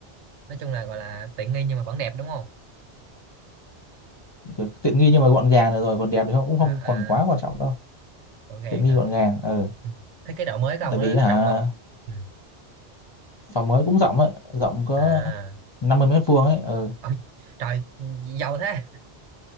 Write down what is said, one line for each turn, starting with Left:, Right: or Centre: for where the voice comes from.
Right: nói chung là gọi là tiện nghi nhưng mà vẫn đẹp đúng không
Left: kiểu tiện nghi nhưng mà gọn gàng được rồi còn đẹp thì không cũng
Right: à,
Left: không còn quá
Right: à
Left: quan trọng đâu
Right: gọn gàng
Left: tiện nghi
Right: hả
Left: gọn gàng ừ
Right: ừ. thế cái độ mới của ông
Left: tại
Right: nó,
Left: vì
Right: nó
Left: hả
Right: rộng không ừ.
Left: phòng mới cũng rộng ấy rộng có
Right: à
Left: 50 mét vuông ấy ừ
Right: ôi trời giàu thế